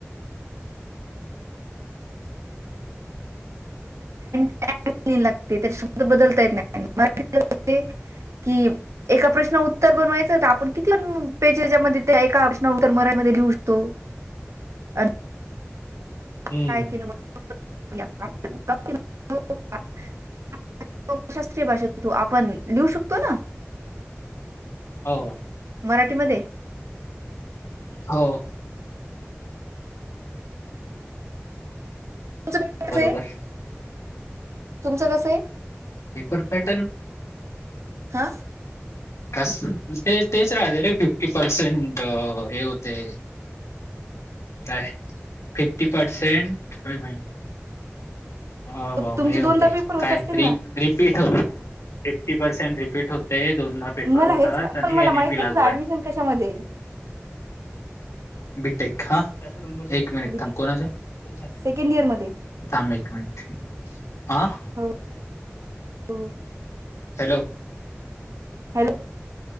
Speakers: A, on the right (about 75°); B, on the left (about 85°).
A: <inaudible> <unintelligible> लागते त्याच्या शब्द बदलता येत नाही की एका प्रश्न उत्तर बनवायचं तर आपण किती पण पेजेसमध्ये त्या एका प्रश्न उत्तर मरायमध्ये लिहू शकतो आणि
B: हम्म
A: <unintelligible> शास्त्रीय भाषेत तू आपण लिहू शकतो ना?
B: हो.
A: मराठीमध्ये
B: हो.
A: <unintelligible>
B: बरोबर
A: तुमचं कसं आहे?
B: पेपर पॅटर्न
A: हा.
B: कास ते तेच राहते रे फिफ्टी पर्सेंट हे होते. काय फिफ्टी पसेंट होय होय. हो हो
A: तुमचे
B: हे होते
A: दोनदा पेपर होत
B: काय
A: असतील
B: रीप
A: ना
B: रिपीट होते फिफ्टी पर्सेंट रिपीट होते दोनदा पेपर
A: मला
B: होता
A: हेच मा-
B: आणि
A: पण मला
B: एनए
A: माहित
B: पी
A: नाही
B: लागू
A: तुझं
B: आहे.
A: ऍडमिशन कशामध्ये आहे
B: बीटेक. हा एक मिनिट
A: बीटी
B: थांब कोण च्या
A: सेकंड इयर मध्ये
B: थांब एक मिनिट आ.
A: हो हो.
B: हॅलो.
A: हॅलो.